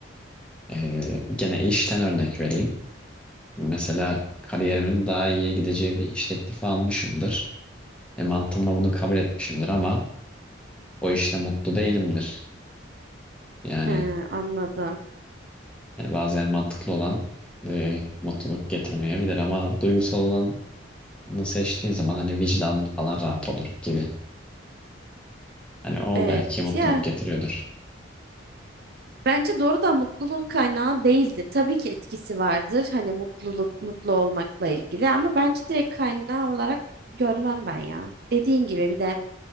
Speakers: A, in the centre; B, on the right (about 50°).
A: e, gene işten örnek vereyim. Mesela kariyerimin daha iyiye gideceği bir iş teklifi almışımdır. E, mantığımla bunu kabul etmişimdir ama o işte mutlu değilimdir. Yani,
B: Ha, anladım.
A: yani bazen mantıklı olan e, mutluluk getirmeyebilir ama duygusal olanı seçtiğin zaman hani vicdanın falan rahat olur gibi. Hani o
B: Evet
A: belki mutluluk
B: ya
A: getiriyordur.
B: Bence doğrudan mutluluğun kaynağı değildir. Tabii ki etkisi vardır. Hani mutluluk, mutlu olmakla ilgili ama bence direkt kaynağı olarak görmem ben ya. Dediğin gibi bir de